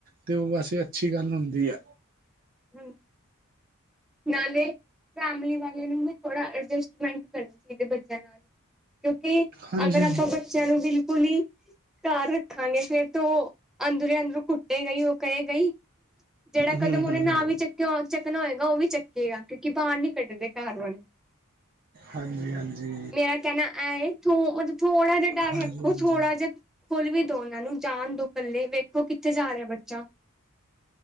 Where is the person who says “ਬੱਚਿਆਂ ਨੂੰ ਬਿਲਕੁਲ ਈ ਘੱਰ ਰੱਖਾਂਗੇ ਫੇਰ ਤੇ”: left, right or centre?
Centre